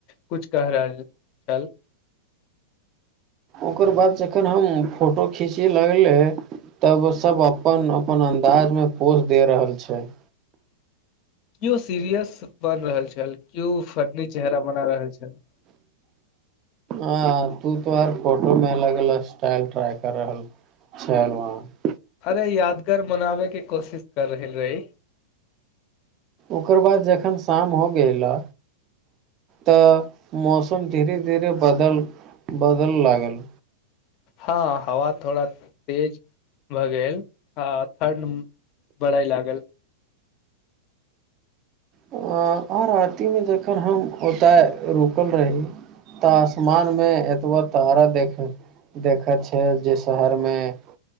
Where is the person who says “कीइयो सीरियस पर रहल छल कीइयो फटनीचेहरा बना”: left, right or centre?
Left